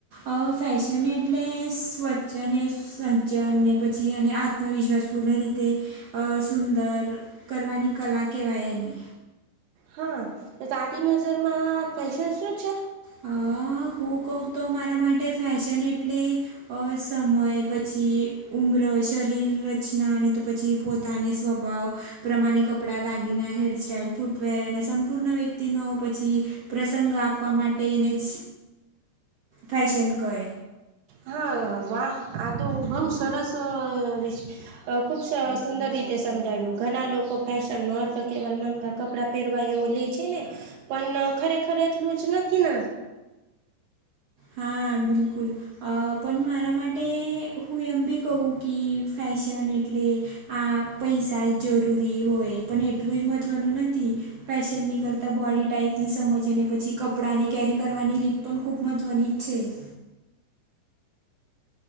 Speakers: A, on the right; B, on the right.
A: અ ફેશન એટલે સ્વચ્છને સજ્જનને પછી અને આ ન વિશ્વાસપૂર્ણ રીતે સુંદર કરવાની કલા કહેવાય એને
B: હા તારી નજર માં ફેશન શું છે.
A: અ હું કહું તો મારા માટે ફેશન એટલે અ સમય પછી ઉમ્ર શરીર રચનાને તો પછી પોતાને સ્વભાવ પ્રમાણે કપડાં દાગીના હેરસ્ટાઈઇલ ફૂટવેર અને સંપૂર્ણ વ્યક્તિ ઈનો પછી પ્રસંગ આપવા માટે એને જ ફેશન કય
B: હા વાહ આ તો બહું સરસ વિ છે ખુબ સુંદર રીતે સમજાવ્યું ઘણા લોકો ફેશન નો અર્થ કેવલગા કપડાં પહેરવા એવુ લે છે ને પણ ખરેખર એટલું જ નથી ને
A: હા બિલકુલ અ પણ મારા માટે હું એમ બી કહું કે ફેશન એટલે આ પૈસા જરૂરી હોય પણ એટલું જ મહત્વનું નથી. ફેશનની કરતાં બોડી ટાઈપની સમજીને પછી કપડાંને કેરી કરવાની રીત પણ ખૂબ જ ધ્વનિ છેે.